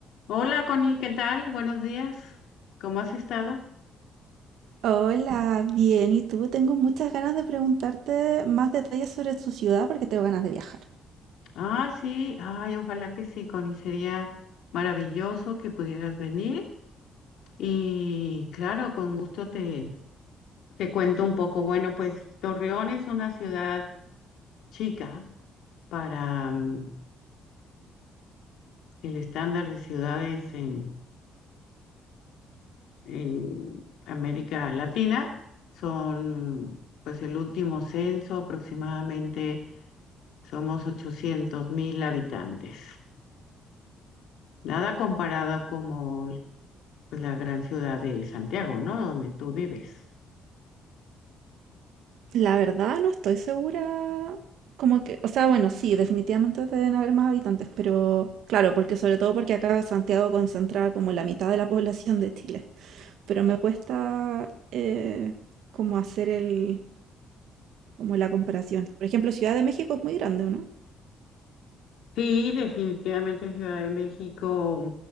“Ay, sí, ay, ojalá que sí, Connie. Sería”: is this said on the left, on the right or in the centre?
Left